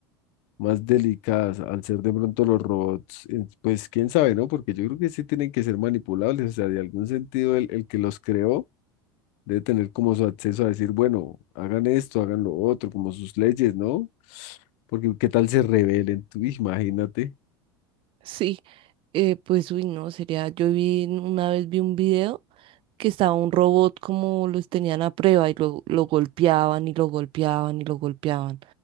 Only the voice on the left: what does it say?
más delicadas, al ser de pronto los robots, eh, pues quién sabe, ¿no? Porque yo creo que sí tienen que ser manipulables, o sea, de algún sentido el, el que los creó debe tener como su acceso a decir, bueno, hagan esto, hagan lo otro, como sus leyes, ¿no? Porque qué tal se rebelen, tú imagínate,